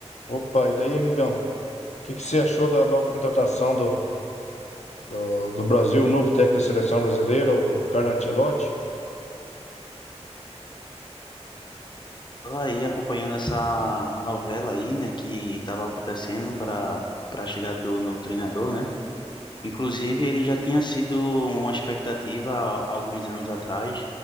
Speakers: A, on the left; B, on the left.
A: Opa, e daí, amigão? O que que você achou da nova contratação do, do, do Brasil, o novo técnico da seleção brasileira, o Carlo Ancelotti?
B: Estava aí acompanhando essa novela aí, né, que estava acontecendo para para a chegada do novo treinador, né? Inclusive, ele já tinha sido uma expectativa há alguns anos atrás,